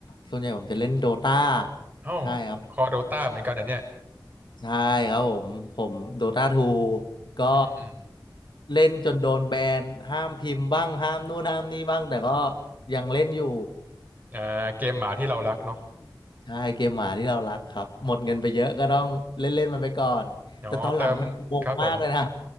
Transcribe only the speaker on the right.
เอ้า
คอโดตาเหมือนกันนะเนี่ย
อืมอืม
อ่าเกมหมาที่เรารักเนาะ
อ๋อเติมครับผม